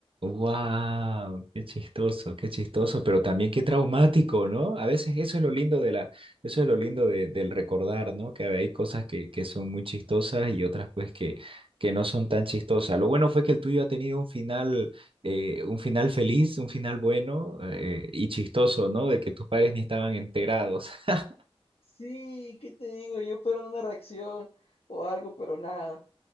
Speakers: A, on the right; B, on the left.
A: Wow, qué chistoso, qué chistoso, pero también qué traumático, ¿no? A veces eso es lo lindo de la, eso es lo lindo de- del recordar, ¿no? Que hay cosas que, que son muy chistosas y otras pues que, que no son tan chistosas. Lo bueno fue que el tuyo ha tenido un final, eh, un final feliz, un final bueno eh, y chistoso, ¿no? De que tus padres ni estaban enterados. <laughs>
B: Sí, ¿qué te digo? Yo espero una reacción o algo, pero nada.